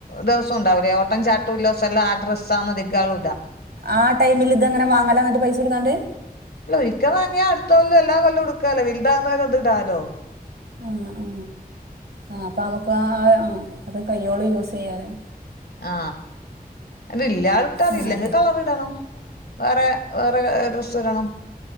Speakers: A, on the left (about 85°); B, on the right (about 85°).
A: ദെവസം ഉണ്ടാവൂലെ ഓട്ടം ചാട്ടും ല്ലസെല്ലം ആ ഡ്രസ്സാന്ന്‌ ഇതികാളും ഇടാ
B: ആ ടൈമില് ഇതങ്ങനെ വാങ്ങല ന്നിട്ട് പൈസ കൊടുക്കാണ്ട്
A: അല്ല ഒരിക്ക വാങ്ങിയ അടുത്തകൊല്ലോ എല്ലാ കൊല്ലോ ഉടുക്കാല്ലോ വിൽതാകുന്നവരെ അത് ഇടാലോ
B: ആ ആ ആ അപ്പ നമുക്ക് ആ അത് കയ്യോളം യൂസ് ചെയ്യാലൊ
A: ആ അത് ഇല്ല്യാതെ ഇട്ടാതി
B: ആഹ്
A: ഇല്ലെങ്കി കളറ് ഇടണം വേറെ വേറെ ഡ്രസ്സ് ഇടണം